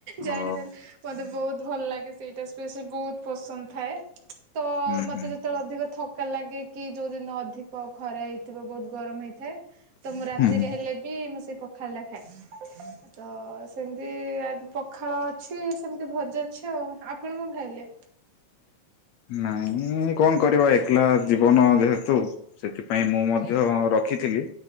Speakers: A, on the right; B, on the left.
A: ଜାଣିଦେଲେ
B: ଓ
A: ମତେ ବହୁତ ଭଲ ଲାଗେ ସେଇଟା ସ୍ପେଶି ବହୁତ ପସନ୍ଦ ଥାଏ। ତ
B: ହୁଁ
A: ମତେ
B: ହୁଁ
A: ଯେତେବେଳେ ଅଧିକ ଥକା ଲାଗେ କି ଯୋଉଦିନ ଅଧିକ ଖରା ହେଇଥିବ ବହୁତ ଗରମ ହେଇଥାଏ ତ ମୁଁ ରାତିରେ
B: ହୁଁ।
A: ହେଲେ ବି ମୁଁ ସେଇ ପ ପଖାଳ ରେଖାଏ ତ ସେମିତି ଆଜି ପଖାଳ ଅଛି ସେମିତି ଭଜା ଅଛି ଆଉ ଆପଣ କଣ ଖାଇଲେ?
B: ନାଇଁ କଣ କରିବା ଏକଲା ଜୀବନ ଯେହେତୁ ସେଥିପାଇଁ ମୁଁ ମ ମଧ୍ୟ ରଖିଥିଲି